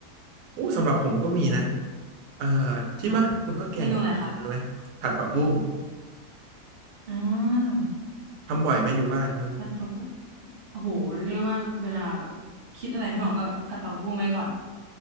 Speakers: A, on the right (about 80°); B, on the right (about 50°).
A: โอ้สำหรับผมก็มีนะ
B: ได้นะ
A: เอ่อที่บ้านคุณข้าวแกงนี่มีเมนูไหมผัดผักบุ้ง
B: อ่ะเมนูอะไรคะอ่า
A: ทำบ่อยไหมอยู่บ้านนู้น
B: ผัดผักบุ้งโอ้โหเรียกว่าเวลาแบบคิดอะไรไม่ออกก็ผัดผักบุ้งไปก่อน